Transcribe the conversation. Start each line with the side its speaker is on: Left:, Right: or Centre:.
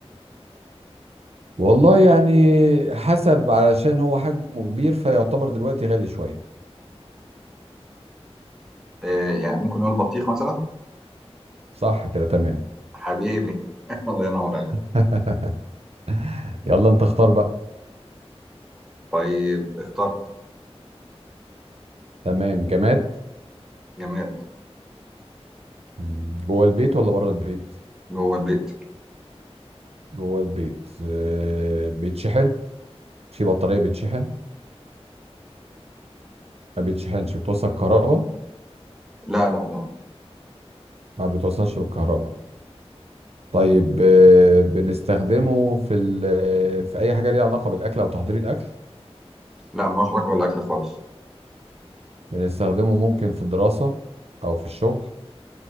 Right: والله يعني حسب علشان هو حجمه كبير فيعتبر دلوقتي غالي شوية
Centre: آه، يعني ممكن نقول بطيخ مثلا
Right: صح كده تمام
Centre: حبيبي <laughs> الله ينور عليك
Right: <laughs> يلا انت اختار بقى
Centre: طيب اخترت
Right: تمام جماد
Centre: جماد
Right: مم، جوه البيت ولا بره البيت
Centre: جوه البيت
Right: جوه البيت آه، بيتشحن في بطارية بيتشحن ما بيتشحنش بتوصل كهرباء
Centre: لا لا لا لا
Right: ما بتوصلش بالكهرباء طيب آه، بنستخدمه في ال- آه، في اي حاجة ليها علاقة بالاكل او تحضير الاكل
Centre: لا ملوش علاقة بالأكل خالص
Right: بنستخدمه ممكن في الدراسة او في الشغل